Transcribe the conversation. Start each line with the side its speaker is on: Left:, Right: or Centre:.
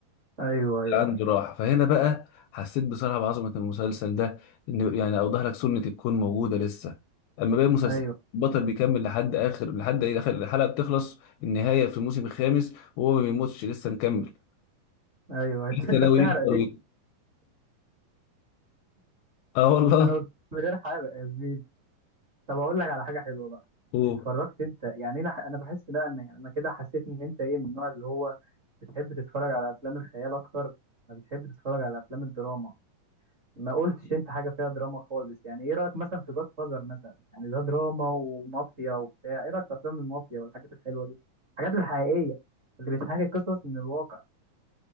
Right: ايوه ايوه
Left: عنده راحة فهنا بقى حسيت بصراحة بعظمة المسلسل ده إن يعني أوضح لك سنة الكون موجودة لسه أما باقي المسلسل
Right: ايوه
Left: البطل بيكمل لحد آخر لحد إيه آخر الحلقة بتخلص النهاية في الموسم الخامس وهو ما بيموتش لسه مكمل
Right: ايوه
Left: لسه
Right: <laughs> انت
Left: ناوي
Right: بتحرق
Left: يكبر
Right: ليه
Left: ويكبر آه والله
Right: انا قلت من غير حرق يا زميلي طب اقول لك على حاجه حلوه بقى
Left: أوه
Right: اتفرجت انت يعني انا انا بحس لا ان يعني انا كده حسيت ان انت ايه من النوع اللي هو بتحب تتفرج على افلام الخيال اكتر ما بتحب تتفرج على افلام الدراما ما قلتش انت حاجه فيها دراما خالص يعني ايه رايك مثلا في جاد فازر مثلا يعني ده دراما ومافيا وبتاع ايه رايك في افلام المافيا والحاجات الحلوه دي الحاجات الحقيقيه اللي بتحكي قصص من الواقع